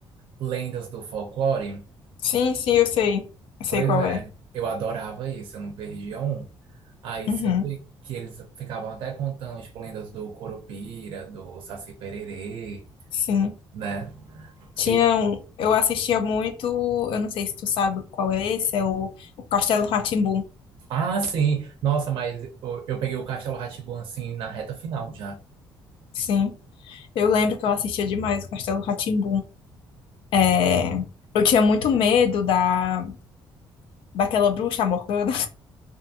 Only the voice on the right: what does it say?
Lendas do Folclore.
Pois
é,
eu adorava isso, eu não perdia um. Aí,
sempre que eles ficavam até contando, tipo, lendas do Curupira, do Saci Pererê,
né?
E-
Ah, sim. Nossa, mas eu, eu peguei o Castelo rá assim na reta final já.